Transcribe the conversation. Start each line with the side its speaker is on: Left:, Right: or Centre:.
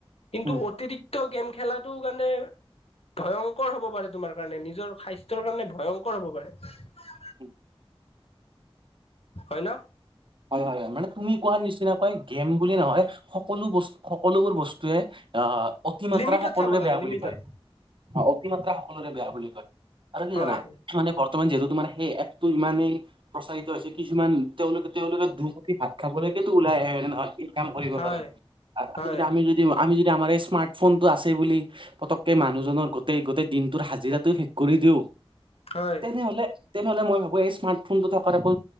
Left: কিন্তু
Right: উম,
Left: অতিৰিক্ত গেম খেলাটো কাৰণে ভয়ংকৰ হ'ব পাৰে তোমাৰ কাৰণে নিজৰ স্বাস্থ্যৰ কাৰণে ভয়ংকৰ হব পাৰে
Right: উম
Left: হয় ন
Right: হয় হয় হয় মানে তুমি কোৱাৰ নিচিনাকৈ গেম বুলি নহয় সকলো বস্তু সকলোবোৰ বস্তুৱে অ অ অতিমাত্ৰা
Left: লিমিটত
Right: সকলোৰে
Left: চাব লাগে
Right: বেয়া
Left: লিমিটত
Right: বুলি কয় অ অতিমাত্ৰা সকলোৰে বেয়া বুলি কয় আৰু কি
Left: হয়
Right: জানা মানে বৰ্তমান যিহেতু তোমাৰ সেই এপটো ইমানেই প্ৰচাৰিত হৈছে কিছুমান তেওঁলোকে তেওঁলোকে দুমুঠি ভাত খাবলৈকেতো ওলাই আহে হয় নহয় এই কাম কৰিব
Left: হয়
Right: পাৰে আ
Left: হয়
Right: ততে যদি আমি যদি যদি আমাৰ এই স্মাৰ্টফোনটো আছে বুলি পতককে মানুহজনৰ গোটেই গোটেই দিনটোৰ হাজিৰাটো শেষ কৰি দিও
Left: হয়
Right: তেনেহলে তেনেহলে মই ভাবো এই স্মাৰ্ট ফোন টো থক একো